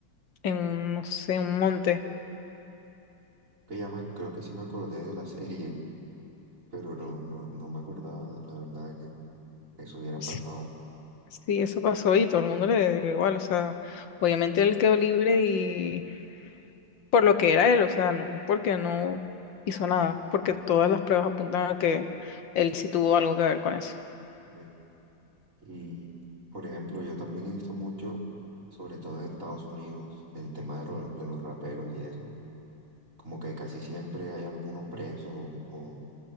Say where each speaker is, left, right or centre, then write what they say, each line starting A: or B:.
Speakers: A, on the left; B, on the right.
A: en
B: Que
A: no sé, un monte.
B: ya me- creo que sí me acordé de la serie, pero no, no, no me acordaba, la verdad, que eso hubiera
A: Sí,
B: pasado.
A: sí, eso pasó y todo el mundo le dio igual, o sea, obviamente él quedó libre y por lo que era él, o sea, no, porque no hizo nada, porque todas las pruebas apuntan a que él sí tuvo algo que ver con eso.
B: Ve. Y, por ejemplo, yo también he visto mucho, sobre todo en Estados Unidos, el tema de, los de los raperos y eso. Como que casi siempre hay alguno preso o, o